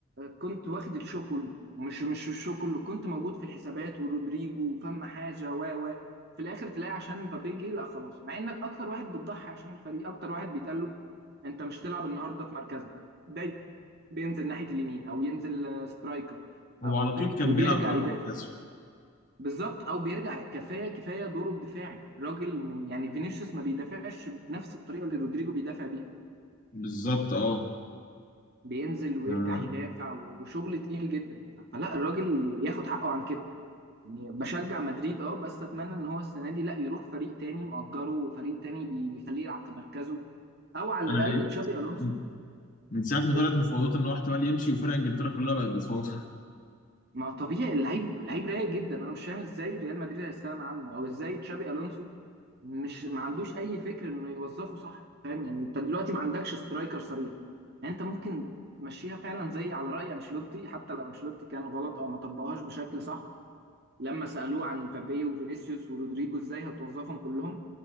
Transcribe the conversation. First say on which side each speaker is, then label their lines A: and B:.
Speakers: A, on the right; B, on the left.
A: كنت واخد الشو كله مش مش الشو كله كنت موجود في الحسابات ورودريجو وفم حاجه و و في الاخر تلاقي عشان مبابي جه لا خلاص مع انك اكتر واحد بتضحي عشان الفريق اكتر واحد بيتقال له انت مش تلعب النهارده في مركزك ده بينزل ناحيه اليمين او ينزل آه، سترايكر
B: هو
A: أو
B: على طول
A: فاهم
B: كان
A: وبيرجع
B: بيلعب بره
A: يدافع
B: مركزه
A: بالظبط او بيرجع كفايه كفايه دوره الدفاعي الراجل من يعني فينيسيوس ما بيدافعش بنفس الطريقه اللي رودريجو بيدافع بيها
B: بالظبط أه
A: بينزل ويرجع
B: آه،
A: يدافع و- وشغل تقيل جدا فلا الراجل ياخد حقه عن كده يعني بشجع مدريد اه بس اتمنى ان هو السنه دي لا يروح فريق تاني مأجره فريق تاني بي- بيخليه يلعب في مركزه او على الاقل
B: أنا لقيت
A: تشابي الونسو
B: من من ساعة ما
A: ايه
B: طلعت مفاوضات إن هو احتمال يمشي وفرق إنجلترا كلها بقت بتفاوض
A: ما طبيعي اللعيب لعيب رايق جدا انا مش فاهم ازاي ريال مدريد هيستغنى عنه او ازاي تشابي الونسو مش ما عندوش اي فكر انه يوظفه صح فاهم يعني انت دلوقتي ما عندكش سترايكر صريح يعني انت ممكن تمشيها فعلا زي على رأي انشيلوتي حتى لو انشيلوتي كان غلط او ما طبقهاش بشكل صح لما سألوه عن مبابي وفينيسيوس ورودريجو ازاي هتوظفهم كلهم